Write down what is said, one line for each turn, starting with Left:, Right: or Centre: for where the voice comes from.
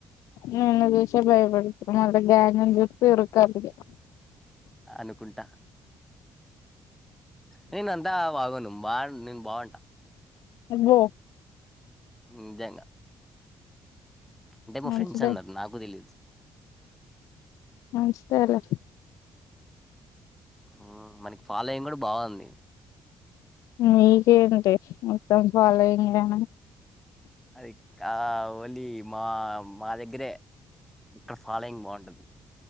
Left: నిన్ను చూసే భయపడతు మళ్ళ గ్యాంగున్ చూత్తే ఉరకాలిగ.
Centre: అనుకుంటా నేన్ అంతా బాగోను బాన్ నేన్ బాగుంట.
Left: అబ్బో
Centre: నిజంగ అంటే మా
Left: మంచిదే
Centre: ఫ్రెండ్స్ అన్నరు నాకు తెలీదు.
Left: మంచిదేలే
Centre: ఆ మనకి ఫాలోయింగ్ గుడ బాగుంది.
Left: నీకేంటి మొత్తం ఫాలోయింగ్ అయినా
Centre: అది కా ఓన్లీ మా మా దగ్గరే ఇక్కడ ఫాలోయింగ్ బాగుంటది.